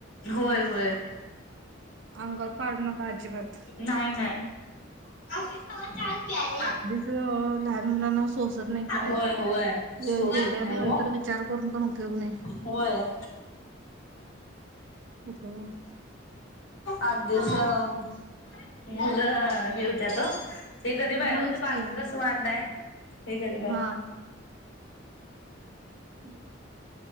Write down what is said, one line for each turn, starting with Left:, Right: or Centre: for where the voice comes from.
Left: होय होय.
Right: अंगावर पाडू नका अजिबात!
Left: नाही नाही. आजी कवा चहा प्यायला?
Right: त्यो ओ लहान मुलांना सोसत नाही काय?
Left: होय होय सोसत
Right: वेळ गेल्यानंतर
Left: नाही हो.
Right: वि चार करून पण उपयोग नाही.
Left: होय.
Right: <inaudible>
Left: आधीच एखाद खाऊ काय? मुलं हे होत्यात हो हे गरीब आहे
Right: होयच
Left: हो, ते
Right: की
Left: बारकं कसं वांड हाय! हे गरीब आहे.
Right: हा हं.